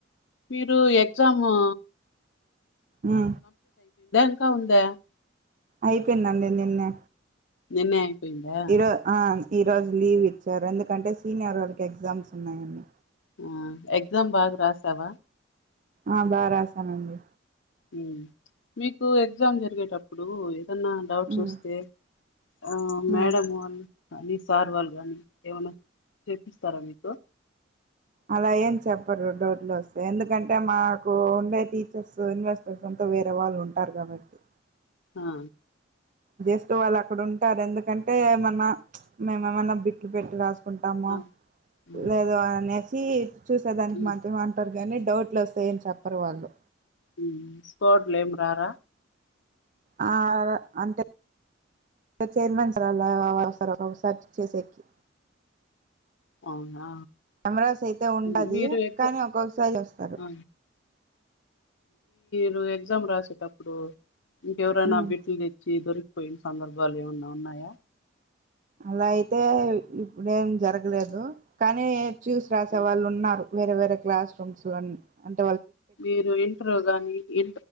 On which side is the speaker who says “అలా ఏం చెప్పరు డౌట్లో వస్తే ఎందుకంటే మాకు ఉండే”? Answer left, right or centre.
Right